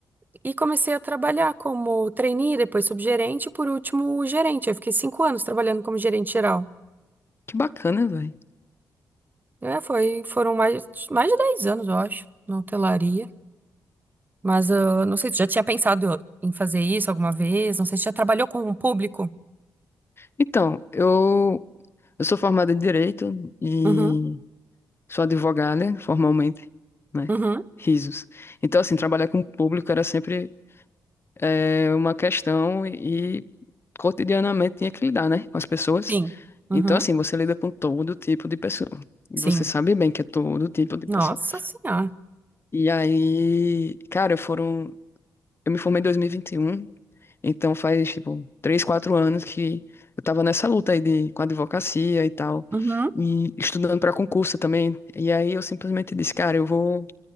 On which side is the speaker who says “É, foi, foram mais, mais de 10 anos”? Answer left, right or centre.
Right